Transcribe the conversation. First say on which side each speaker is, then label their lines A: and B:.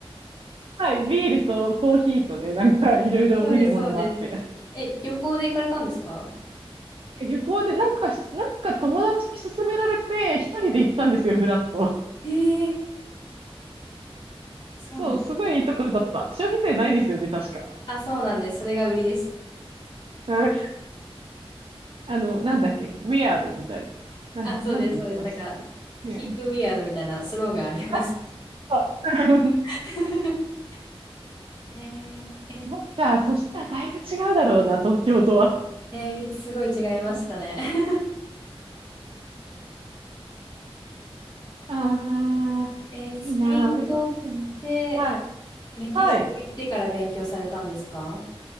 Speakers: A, on the right; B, on the left.
A: はい、ビールとコーヒーとね、なんかいろいろ見るものもあって。
B: そうです、そうです。え、旅行で行かれたんですか
A: 旅行でなんかし、なんか友達に勧められて、一人で行ったんですよ、フラッと。
B: ええそうなんです。
A: そう、すごいいいところだった。消費税ないですよね、確か。
B: あ、そうなんです。それが売りです。
A: うんあの、なんだっけ、ウィアードみたいな。
B: あ、
A: なん、
B: そうです、
A: なんて言ってましたっけ。
B: そうです。なんか、
A: ねえ。
B: Keep Weird みたいなスローガンあります。
A: <laughs> あそう <laughs>
B: <laughs> えー、え、
A: そっか、そしたらだいぶ違うだろうな、東京とは。
B: えーすごい違いましたね。<laughs>
A: ああ、
B: えースペイン語っ
A: いいな、オレゴン州。
B: て
A: はい。
B: メキシコ行ってから勉強されたんですか
A: はい。